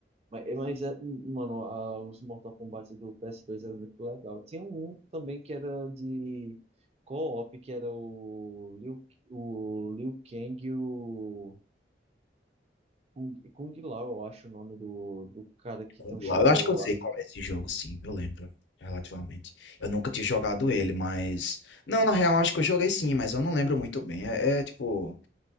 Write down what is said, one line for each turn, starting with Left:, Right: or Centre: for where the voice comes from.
Right: Mas, eh, mas é, mano, a- os Mortal Kombat do PS2 eram muito legal. Tinha um também que era de co-op, que era o Liu, o Liu Kang e o Kung, Kung Lao, eu acho o nome do, do cara que
Left: Congular,
Right: tem um chapéu
Left: eu acho que eu sei
Right: assim.
Left: qual é esse jogo, sim, eu lembro, relativamente. Eu nunca tinha jogado ele, mas. Não, na real, acho que eu joguei sim, mas eu não lembro muito bem. É, é, tipo.